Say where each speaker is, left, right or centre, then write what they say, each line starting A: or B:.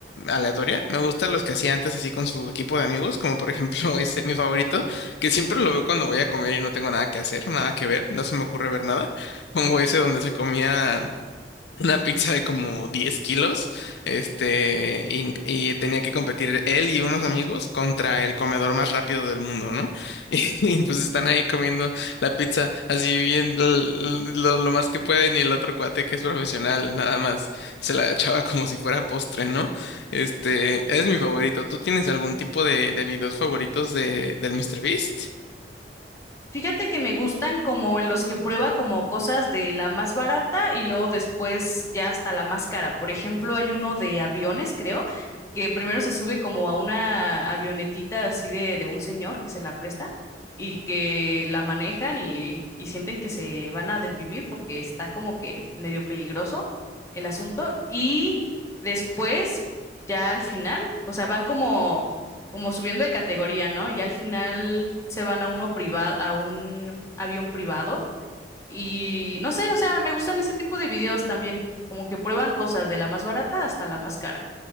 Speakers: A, on the left; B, on the left.
A: aleatoria. Me gustan los que hacía antes así con su equipo de amigos, como por ejemplo <laughs> ese, mi favorito, que siempre lo veo cuando voy a comer y no tengo nada que hacer, nada que ver, no se me ocurre ver nada. Pongo ese donde se comía una pizza de como 10 kilos, este, y, y tenía que competir él y unos amigos contra el comedor más rápido del mundo, ¿no? <laughs> Y, y, pues están ahí comiendo la pizza así bien l- lo, lo más que pueden y el otro cuate que es profesional nada más se la echaba como si fuera postre, ¿no? Este, es mi favorito. ¿Tú tienes algún tipo de, de videos favoritos de, del míster Beast
B: Fíjate que me gustan como en los que prueba como cosas de la más barata y luego después ya hasta la más cara. Por ejemplo, hay uno de aviones, creo, que primero se sube como a una avionetita así de, de un señor que se la presta y que la manejan y, y sienten que se van a desvivir porque está como que medio peligroso el asunto. Y después, ya al final, o sea, van como como subiendo de categoría, ¿no? Y al final se van a uno privado, a un avión privado. Y no sé, o sea, me gustan ese tipo de videos también, como que prueban cosas de la más barata hasta la más cara.